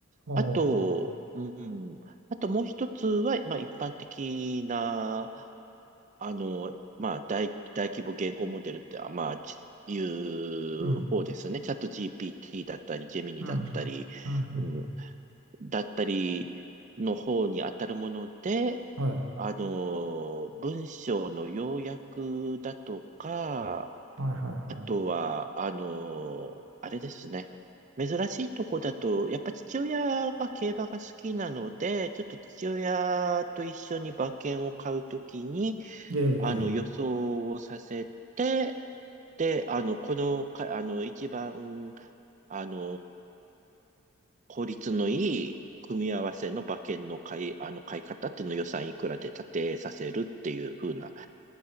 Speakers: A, on the right; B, on the right.
A: おー
B: あと、うん、あともう一つは、まあ一般的な、あの、まあ大、大規模言語モデルって、あまあ、ちいう方ですね。
A: うん
B: チャット GPT だったり、ジェミニだったり、
A: うんうんうん
B: うだったりの方に当たるもので、
A: うんはい
B: あの、文章の要約だとか、
A: はいはいは
B: あとは、あの、あれですね。珍しいとこだと、やっぱ父親が競馬が好きなので、ちょっと父親と一緒に馬券を買うときに、
A: い。
B: あの、予想をさせて、
A: ええ
B: で、あの、このか、あの、一番、あの、効率のいい組み合わせの馬券の買い、あの買い方っていうのを予算いくらで立てさせるっていう風な